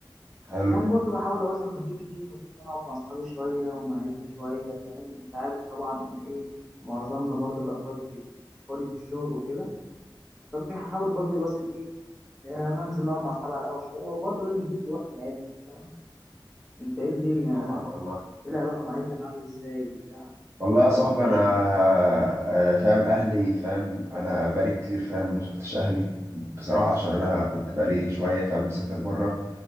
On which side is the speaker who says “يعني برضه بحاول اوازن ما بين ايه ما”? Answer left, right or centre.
Centre